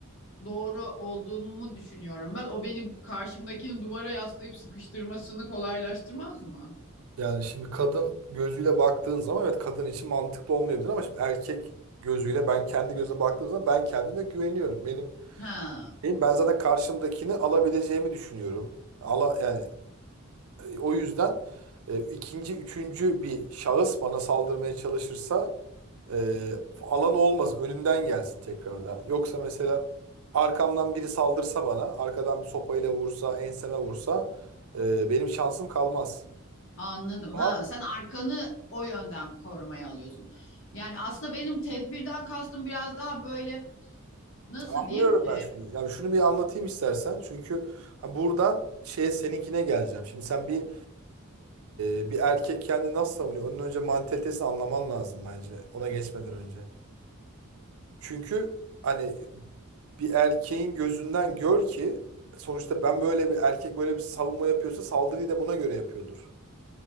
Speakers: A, on the left (about 60°); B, on the right (about 75°).
A: doğru olduğumu düşünüyorum ben. O beni karşımdakini duvara yaslayıp sıkıştırmasını kolaylaştırmaz mı?
B: Yani şimdi kadın gözüyle baktığın zaman evet kadın için mantıklı olmayabilir ama şimdi erkek gözüyle ben kendi gözüme baktığım zaman ben kendime güveniyorum. Benim,
A: Ha,
B: benim ben zaten karşımdakini alabileceğimi düşünüyorum. Ala, yani e, o yüzden e, ikinci, üçüncü bir şahıs bana saldırmaya çalışırsa Ee, alan olmasın. Önümden gelsin tekrardan. Yoksa mesela arkamdan biri saldırsa bana, arkadan bir sopayla vursa, enseme vursa e, benim şansım kalmaz.
A: anladım.
B: Ama
A: Ha, sen arkanı o yönden korumaya alıyorsun. Yani aslında benim tedbirden kastım biraz daha böyle nasıl
B: anlıyorum
A: diyeyim? E,
B: ben seni. Ya şunu bir anlatayım istersen. Çünkü ha, buradan şey seninkine geleceğim. Şimdi sen bir e, bir erkek kendini nasıl savunuyor? Onun önce mantalitesini anlaman lazım bence. Ona geçmeden önce. Çünkü hani bir erkeğin gözünden gör ki sonuçta ben böyle bir erkek böyle bir savunma yapıyorsa saldırıyı da buna göre yapıyordur.